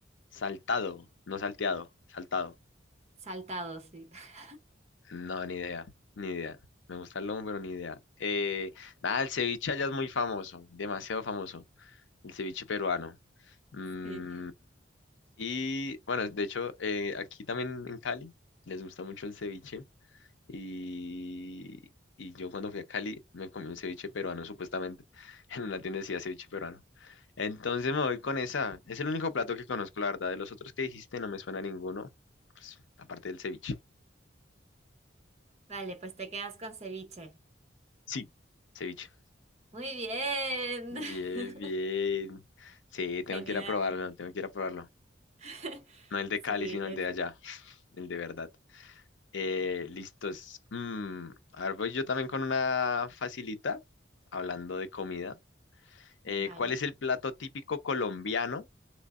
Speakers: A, on the left; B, on the right.
A: Saltado, no salteado, saltado.
B: Saltado, sí. <laughs>
A: No, ni idea, ni idea. Me gusta el lomo, pero ni idea. Eh, nada, el ceviche allá es muy famoso, demasiado famoso. El ceviche peruano. Mm,
B: Sí.
A: y bueno, de hecho, eh, aquí también en Cali les gusta mucho el ceviche. Y, y yo cuando fui a Cali me comí un ceviche peruano, supuestamente. <laughs> En una tienda decía ceviche peruano. Entonces me voy con esa. Es el único plato que conozco, la verdad. De los otros que dijiste no me suena ninguno, pues, aparte del ceviche.
B: Vale, pues te quedas con ceviche.
A: Sí. Ceviche.
B: Muy bien.
A: Bien,
B: <laughs>
A: bien. Sí, tengo
B: Genial.
A: que ir a probarlo, tengo que ir a probarlo.
B: <laughs>
A: No el de
B: Sí,
A: Cali, sino
B: es...
A: el de allá, <laughs> el de verdad. Eh, listos. Mm, a ver, voy yo también con una facilita, hablando de comida. Eh,
B: Vale.
A: ¿cuál es el plato típico colombiano